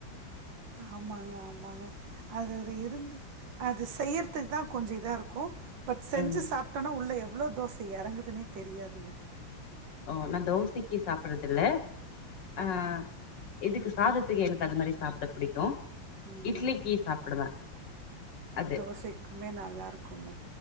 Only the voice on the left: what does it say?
ம்
ஓ நான் தோசைக்கு சாப்படுறது இல்ல ஆஹ் இதுக்கு சாத த்துக்கு எனக்கு அது மாரி சாப்ட புடிக்கு
இட்லிக்கு சாப்புடுவே அது